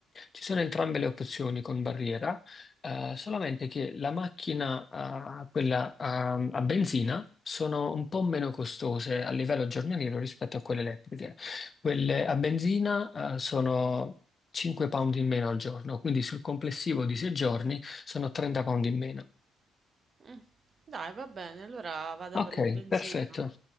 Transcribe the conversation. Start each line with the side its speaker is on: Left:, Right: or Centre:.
Left: Ci sono entrambe le opzioni con barriera, eh, solamente che la macchina, eh, quella, ehm, a benzina, sono un po' meno costose a livello giornaliero rispetto a quelle elettriche. Quelle a benzina, eh, sono 5 pound in meno al giorno, quindi sul complessivo di 6 giorni sono 30 pound in meno.
Right: Mm, Dai, va bene, allora vado
Left: Ok,
Right: per la benzina.
Left: perfetto.